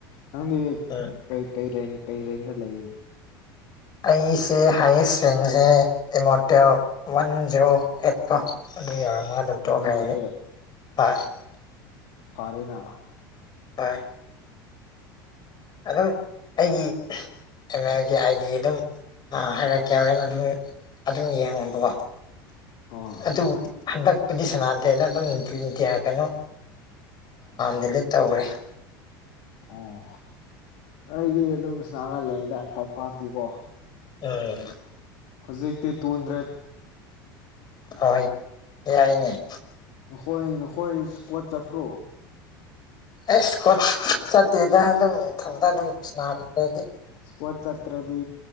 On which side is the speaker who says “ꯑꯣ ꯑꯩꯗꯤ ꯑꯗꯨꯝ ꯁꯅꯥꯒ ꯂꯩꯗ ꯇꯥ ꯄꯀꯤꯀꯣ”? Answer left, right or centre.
Left